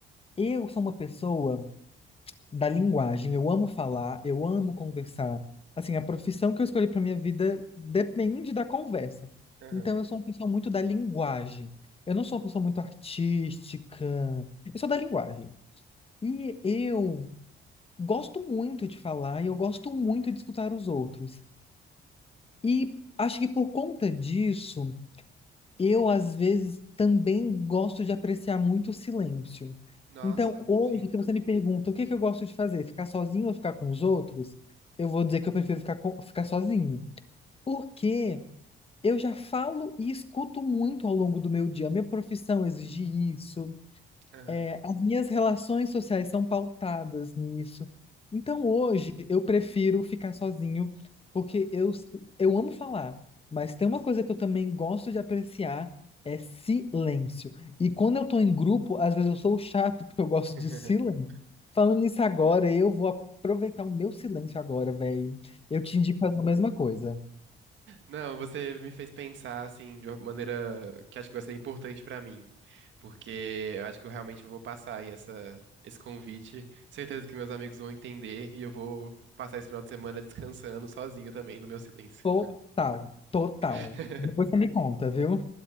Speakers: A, on the left; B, on the right.
A: Eu sou uma pessoa da linguagem. Eu amo falar, eu amo conversar. Assim, a profissão que eu escolhi para minha vida depende da conversa.
B: Aham.
A: Então, eu sou uma pessoa muito da linguagem. Eu não sou uma pessoa muito artística. Eu sou da linguagem. E eu gosto muito de falar e eu gosto muito de escutar os outros. E acho que por conta disso, eu, às vezes, também gosto de apreciar muito o silêncio.
B: Nossa,
A: Então, hoje,
B: sim.
A: se você me pergunta o que que eu gosto de fazer, ficar sozinho ou ficar com os outros, eu vou dizer que eu prefiro ficar, co- ficar sozinho. Porque eu já falo e escuto muito ao longo do meu dia. Minha profissão exige isso,
B: Aham.
A: é, as minhas relações sociais são pautadas nisso. Então, hoje, eu prefiro ficar sozinho, porque eu, eu amo falar, mas tem uma coisa que eu também gosto de apreciar, é silêncio. E quando eu tô em grupo, às vezes eu sou o chato, porque eu gosto
B: <laughs>
A: de silêncio. Falando nisso agora, eu vou aproveitar o meu silêncio agora, velho. Eu te indico fazer a mesma coisa.
B: Não, você me fez pensar assim de uma maneira que acho que vai ser importante pra mim, porque eu acho que eu realmente vou passar aí essa esse convite. Certeza que meus amigos vão entender e eu vou passar esse final de semana descansando sozinho também no meu silêncio.
A: Total, total.
B: <laughs>
A: Depois você me conta, viu?